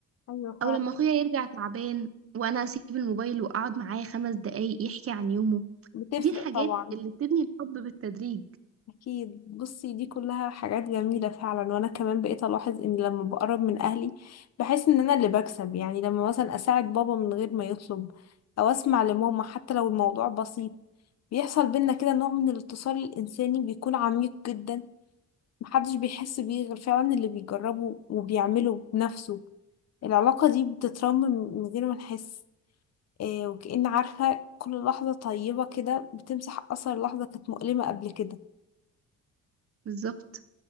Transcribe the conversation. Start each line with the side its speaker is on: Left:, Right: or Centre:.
Left: أيوة
Right: أو
Left: فعلا
Right: لما أخويا يرجع تعبان وأنا أسيب الموبايل وأقعد معاه خمس دقايق يحكي عن يومه
Left: بتفرق
Right: دي الحاجات
Left: طبعا
Right: اللي بتبني الحب بالتدريج
Left: أكيد بصي دي كلها حاجات جميلة فعلا وأنا كمان بقيت ألاحظ إن لما بقرب من أهلي بحس إن أنا اللي بكسب يعني لما مثلا أساعد بابا من غير ما يطلب أو أسمع لماما حتى لو الموضوع بسيط بيحصل بينا كده نوع من الاتصال الإنساني بيكون عميق جدا محدش بيحس بيه غير فعلا اللي بيجربه وبيعمله بنفسه العلاقة دي بتترمم من غير ما نحس إيه وكأن عارفة كل لحظة طيبة كده بتمسح أثر لحظة كانت مؤلمة قبل كده
Right: بالظبط